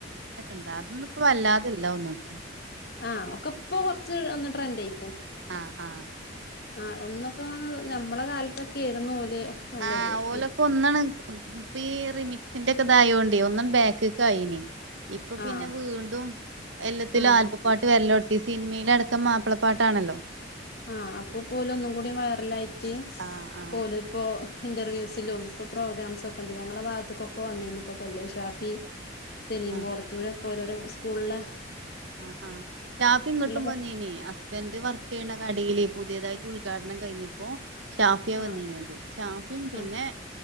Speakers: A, on the right; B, on the left.
A: ന്താ <inaudible> വല്ലാതണ്ടാകും
B: ആ ഒക്കെ ഇപ്പൊ കുറച്ച് ഒന്ന് ട്രെൻഡ ആയി
A: ആഹ് ആഹ്
B: ആഹ് ഒന്നൊക്കെ നമ്മളെ കാലത്തൊക്കെ <inaudible>
A: ആഹ് ഓലൊക്കെ
B: <inaudible> ഇപ്പൊ
A: ഒന്നാണ് ഇപ്പ ഈ റിമിക്സിന്റൊക്കെ ഇതായൊണ്ടേ ഒന്ന് ബാക്കിലേക്ക് ആയിന് ഇപ്പൊ പിന്നെ
B: ആഹ്
A: വീണ്ടും എല്ലാത്തിലും
B: ആഹ്
A: ആൽബപ്പാട്ട് <inaudible> സിനിമ എല്ലാടുത്തും മാപ്പിളപ്പാട്ടാണല്ലോ
B: ആഹ് അപ്പൊപോലെ ഒന്നും കൂടി വൈറലായിട്ട്
A: ആഹ് ആഹ്
B: ഓല് ഇപ്പോ ഇൻറർവ്യൂസിലും ഇപ്പോൾ ഇന്റർവ്യുസിലും ഇപ്പൊ പ്രോഗ്രാംസൊക്കെ ഉണ്ട് ഞങ്ങളുടെ ഭാഗത്തുക്കൊ വന്നിരുന്നു ഇപ്പോൾ കൊല്ലം ഷാഫി <inaudible>
A: ആ
B: കോടത്തൂരും ഒക്കോരോരോ സ്കൂൾലെ
A: ആഹ് ആഹ് സ്റ്റാഫ് ഇങ്ങോട്ടും
B: പ
A: വന്നിനി ഹസ്ബൻഡ് വർക്ക് ചെയ്യണ കടയില് പുതിയതായിട്ട് ഉദ്ഘാടനം കഴിഞ്ഞപ്പോ ഷാഫിയ
B: ആഹ്
A: വന്നീനിത് ഷാഫിയും പിന്നെ
B: ആഹ്